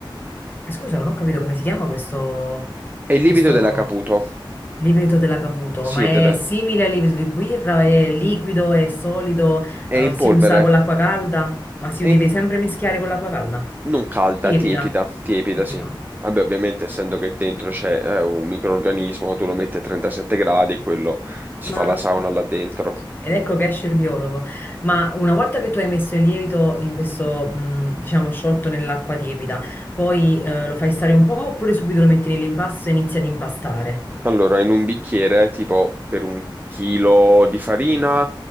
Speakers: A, on the left; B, on the right.
A: E Scusa, non ho capito come si chiama questo,
B: E il lievito
A: questo
B: della Caputo,
A: lievito dell'acaputo,
B: sì,
A: ma è
B: è, del-
A: simile al lievito di birra? È liquido, è solido,
B: è
A: eh,
B: in
A: si
B: polvere,
A: usa con l'acqua calda? Ma si
B: è
A: deve
B: in-
A: sempre mischiare con l'acqua calda?
B: non calda,
A: Lievita,
B: tiepida, tiepida,
A: lievita.
B: sì.
A: ok.
B: Vabbè, ovviamente, essendo che dentro c'è eh, un microrganismo, tu lo metti a 37 gradi e quello si
A: Ma...
B: fa la sauna là dentro.
A: Ed ecco che esce il biologo. Ma una volta che tu hai messo il lievito in questo, mh, diciamo, sciolto nell'acqua tiepida, poi eh, lo fai stare un po' oppure subito lo metti nell'impasto e inizi ad impastare?
B: Allora, in un bicchiere, tipo per un chilo di farina,